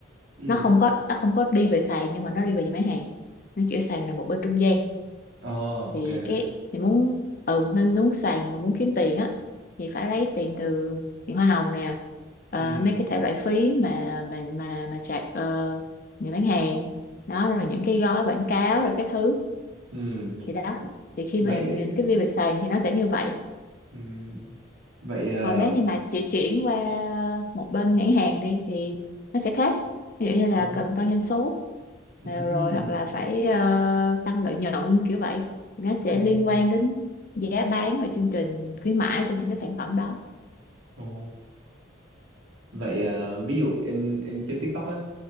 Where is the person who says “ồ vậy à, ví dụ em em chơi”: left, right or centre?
Right